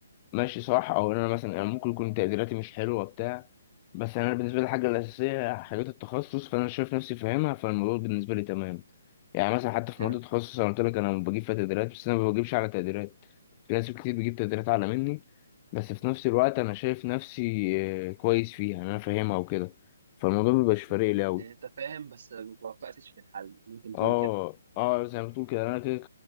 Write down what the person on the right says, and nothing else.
حلو
بالظبط
يعني انت فاهم بس ما توفقتش في الحل ممكن تقول
كده